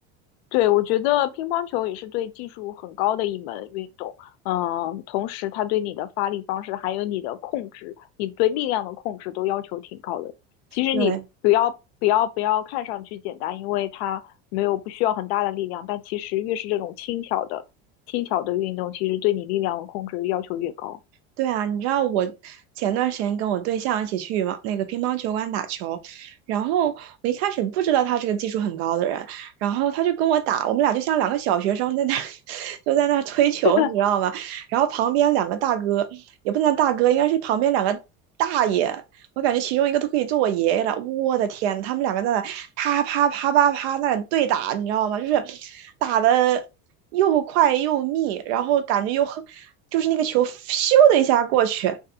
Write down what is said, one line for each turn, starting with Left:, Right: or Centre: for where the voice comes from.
Left: 对，我觉得乒乓球也是对技术很高的一门运动，嗯，同时它对你的发力方式，还有你的控制，你对力量的控制都要求挺高的。其实你不要不要不要看上去简单，
Right: 对，
Left: 因为它没有不需要很大的力量，但其实越是这种轻巧的轻巧的运动，其实对你力量的控制要求越高。
Right: 对啊，你知道我前段时间跟我对象一起去羽毛那个乒乓球馆打球，然后我一开始不知道他是个技术很高的人，然后他就跟我打，我们俩就像两个小学生在那 <laughs> 就在那推球，
Left: <laughs>
Right: 你知道吗？然后旁边两个大哥，也不能叫大哥，应该是旁边两个大爷，我感觉其中一个都可以做我爷爷了，我的天，他们两个在那啪啪啪啪啪那对打，你知道吗？就是打的又快又密，然后感觉又很就是那个球咻的一下过去，